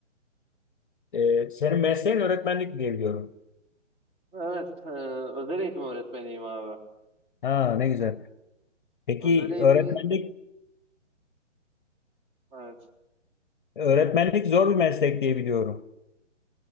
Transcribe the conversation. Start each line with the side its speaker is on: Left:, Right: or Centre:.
Left: E, senin mesleğin öğretmenlik diye biliyorum.
Right: Evet, e, özel eğitim öğretmeniyim abi.
Left: Ha, ne güzel. Peki
Right: Özel eğitim
Left: öğretmenlik
Right: Evet.
Left: öğretmenlik zor bir meslek diye biliyorum.